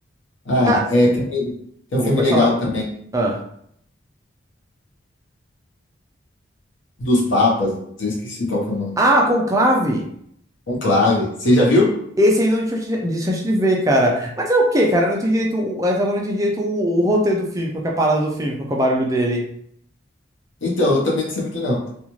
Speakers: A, on the left (about 80°); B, on the right (about 15°).
A: Ah,
B: Cara,
A: é, tem, tem
B: opa,
A: um filme
B: pode
A: legal
B: falar.
A: também
B: Ah,
A: dos Papas. Eu esqueci qual que é o nome.
B: ah Conclave!
A: Conclave. Você já viu?
B: Esse ainda não tinha ch- de chance de ver, cara. Mas é o quê, cara? Eu não entendi direito. o- Até agora eu não entendi direito o, o roteiro do filme. Qual que é a parada do filme? Qual que é o barulho dele?
A: Então, eu também não sei muito não.